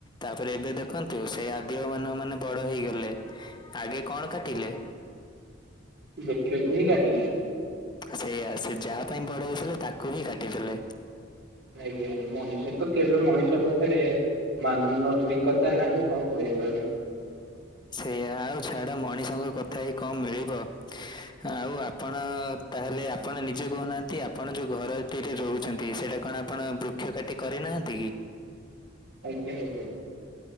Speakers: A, on the left (about 20°); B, on the right (about 60°).
A: ତାପରେ ଏବେ ଦେଖନ୍ତୁ ସେଇ ଆଦିବମାନବ ମାନେ ବଡ ହେଇଗଲେ ଆଗେ କଣ କାଟିଲେ?
B: ବୃକ୍ଷ କୁ ହିଁ କାଟିଲି।
A: ସେଇଆ ସେ ଯାହା ପାଇଁ ବଡ ହେଥିଲେ ତାକୁ ହିଁ କାଟିଥିଲେ।
B: ଆଜ୍ଞା ମଣିଷ ତ କେବେ ମଣିଷ ପାଖରେ ମାନ ଅଭି କଥା ନାହିଁ କଣ କରିପାରିବ।
A: ସେଇଆ ଆଉ ଛାଡ ମଣିଷଙ୍କ କଥା ଏଇ କମ ମିଳିବ? ଆଉ ଆପଣ ତାହେଲେ ଆପଣ ନିଜେ କହୁନାହାନ୍ତି ଆପଣ ଯୋଉ ଘରରେ ରହୁଛନ୍ତି ସେଇଟା କଣ ଆ ପଣ ବୃକ୍ଷ କାଟି କରିନାହାନ୍ତି କି?
B: ଆଜ୍ଞା ଆଜ୍ଞା।